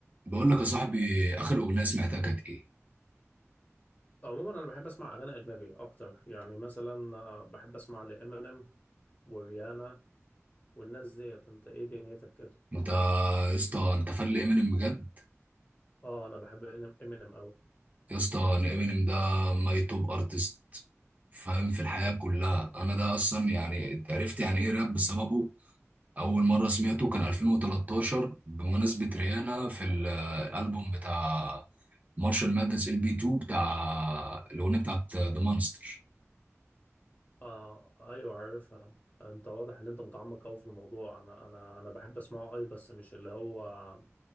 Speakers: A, on the right; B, on the left.
A: بقول لك يا صاحبي اخر اغنيه سمعتها كانت ايه
B: عموما انا بحب اسمع اغاني اجنبي اكتر يعني مثلا آه، بحب اسمع لامينيم وريانا والناس ديت انت ايه دنيتك كده
A: انت يا اسطى انت فان لامينيم بجد
B: اه انا بحب امينيم قوي
A: يا اسطى انا امينيم ده ماي توب ارتست فاهم في الحياه
B: طب
A: كلها انا ده اصلا يعني عرفت يعني ايه راب بسببه اول مره سمعته كان 2013 بمناسبه ريانا في ال- الالبوم بتاع مارشال مادنس ال بي 2 بتاع الاغنيه بتاعت ذا مانستر
B: آه ايوه عارفها انت واضح ان انت متعمق قوي في الموضوع انا انا انا بحب اسمعه اي بس مش اللي هو